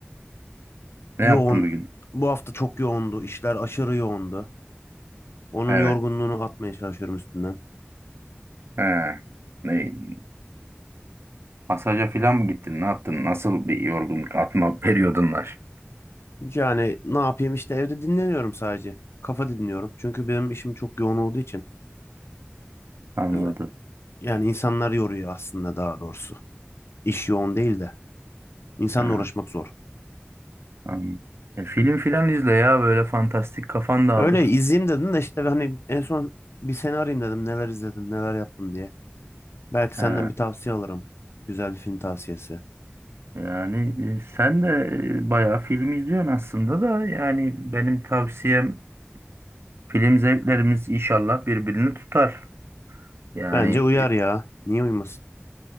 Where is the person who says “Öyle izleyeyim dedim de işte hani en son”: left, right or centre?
Left